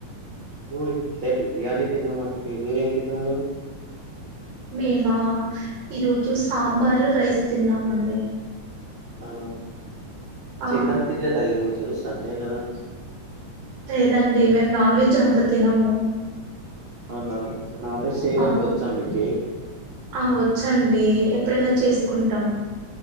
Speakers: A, on the right; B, on the right.
A: అట్లే బిర్యానీ తిన్నామండి మీరేం తిన్నారు
B: మేమా ఈరోజు సాంబారు రైస్ తిన్నామండి
A: ఆ
B: ఆ
A: చికెన్ తినలేదా ఈరో చూ సండే కదా
B: లేదండి మేము నాన్ వెజ్ అంత తినము
A: అవునా నాన్ వెజ్ చేయడానికి
B: ఆ
A: వచ్చా మీకి
B: ఆ వచ్చండి ఎప్పుడైనా చేసుకుంటాం